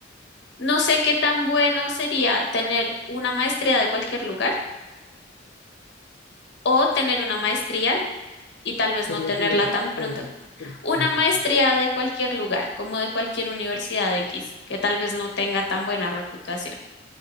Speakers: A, on the left; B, on the left.
A: no sé qué tan bueno sería tener una maestría de cualquier lugar o tener una maestría y tal vez
B: Sería
A: no tenerla
B: tener que,
A: tan
B: perdona,
A: pronto. una
B: no
A: maestría
B: te escucho.
A: de cualquier lugar, como de cualquier universidad X, que tal vez no tenga tan buena reputación,